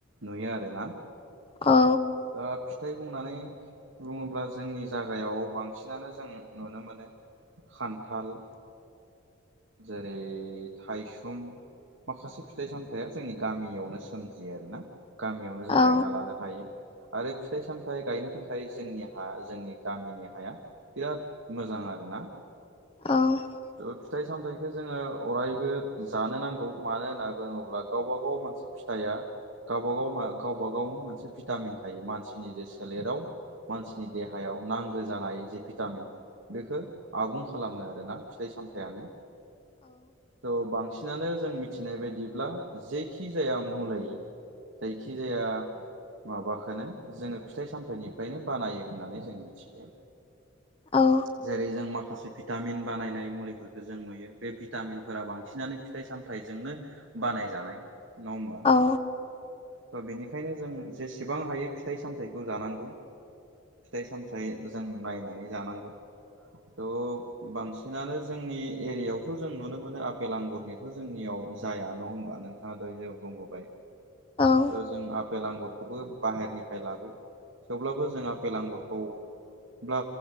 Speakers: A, on the right; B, on the left.
A: नुयो आरो ना।
B: औ
A: दा फिथाइ बुंनानै बुङोब्ला जोंनि जागायाव बांसिनानो जों नुनो मोनो खान्थाल जेरै थाइसुम माखासे फिथाइ सामथायाइया जोंनि गामियावनो सोमजियो आरोना गामियावनो जों
B: औ
A: गायना लानो हायो। आरो फिथाइ सामथायाइ गायनो थाखाय जोंनि हा जोंनि गामिनि हाया बिराद मोजां आरो ना। ना
B: औ
A: थ फिथाइ सामथायाइखौ जोङो अरायबो जानो नांगौ मानो होनना बुङोब्ला गावबा गाव मोनसे फिथाइआ गावबा गाव गावबा गाव मोनसे भिटामिन थ मानसिनि जे सोलेराव मानसिनि देहायाव नांगौ जानाय जे भिटामिन बेखौ आबुं खालामो आरोना फिथाइ सामथायाइयानो। थ' बांसिन बिनानो जों मिथिनाय बायदिब्ला जेखि जाया मुलै जायखि जाया माबाखौ खौनो जोङो फिथाइ सामथायाइनिफ्रायनो बानायो होननानै जों मिथियो।
B: औ
A: जेरै जों माखासे माखासे भिटामिन बानायनाय मुलिफोरखौ जों नुयो बे भिटामिनफोरा बांसिनानो फिथाइ सामथाइजोंनो बानाय जानाय नङा होमबा
B: औ
A: त बेनिखायनो जों जेसे गोबां हायो फिथाइ सामथायाइखौ जानांगौ। फिथाइ सामथाइ जों नायनानै जानांगौ। थ बांसिनानो जोंनि एरियायावथ' जों नुनो मोनो आपेल आंगुरनिथ' जोंनियाव जाया ना नङा होनबा नोंथाङा द जे बुंबोबाय
B: औ
A: थ जों आपेल आंगुरखौबो बाहेरनिफ्राय लाबो थेवब्लाबो जोंहा आपेल आंगुरखौ बो